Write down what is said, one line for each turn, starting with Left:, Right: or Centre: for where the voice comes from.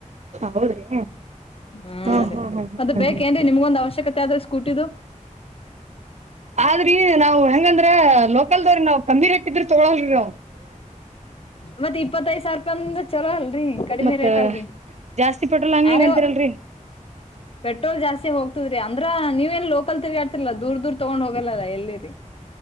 Right: ಹೌದ್ರಿ
Left: ಹಾ
Right: ಹ್ಮ್
Left: ರೀ
Right: ಹ್ಮ್ ಹ್ಮ್
Left: ಮತ್ತ
Right: ಹ್ಮ್
Left: ಬೇಕೇಏನ್
Right: ಹ್ಮ್
Left: ನಿಮ್ಗೊಂದ್ ಅವಶ್ಯಕತೆ ಆದ್ರೆ ಸ್ಕೂಟಿದು
Right: ಆದ್ರಿ ನಾವ್ ಹೆಂಗಂದ್ರ ಲೋಕಲ್ದವ್ರಿ ನಾವ್ ಕಮ್ಮಿ ರೇಟ್ ಇದ್ರ ತೊಗೊಲ್ ನಾವವು
Left: ಮತ್ತತ್ ಇಪ್ಪತ್ತಐದ ಸಾವರ ರೂಪಾಯಿ ಅಂದ್ರ ಚೊಲೋ ಅಲ್ರರಿ ಕಡಿಮೆ
Right: ಮತ್ತ
Left: ರೇಟ್ ಅಲ್ರರಿ
Right: ಜಾಸ್ತಿ ಪಟ್ರೋಲ್ ಹಂಗ
Left: ಯಾರೇ
Right: ಅಂತಿರಲ್ರರಿ
Left: ಪೆಟ್ರೋಲ್ ಜಾಸ್ತಿ ಹೋಗ್ತದ್ರೀ ಅಂದ್ರ ನೀವ ಏನ್ ಲೋಕಲ್ ತಿಗಾಡ್ತಿರಲ್ಲ ದೂರ್ ದೂರ್ ತಗೊಂಡ್ ಹೋಗಲ್ಲ ಎಲ್ಲಿರಿ <inaudible>